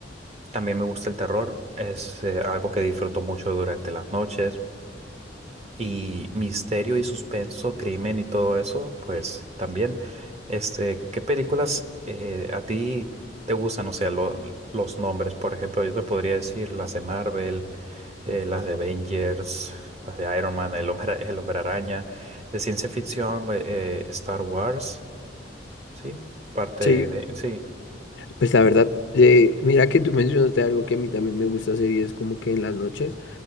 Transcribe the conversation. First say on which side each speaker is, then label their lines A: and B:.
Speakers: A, on the right; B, on the left.
A: También me gusta el terror, es eh, algo que disfruto mucho durante las noches. y misterio y suspenso, crimen y todo eso, pues también. Este, ¿qué películas eh, a ti te gustan? O sea, lo- los nombres, por ejemplo, yo te podría decir las de Marvel, eh, las de Avengers, las de Iron Man, el hombre, el hombre araña, de ciencia ficción, eh, eh, Star Wars, ¿sí? Parte
B: Sí,
A: de, sí,
B: Pues la verdad, eh, mira que tú mencionaste algo que a mí también me gusta hacer y es como que en las noches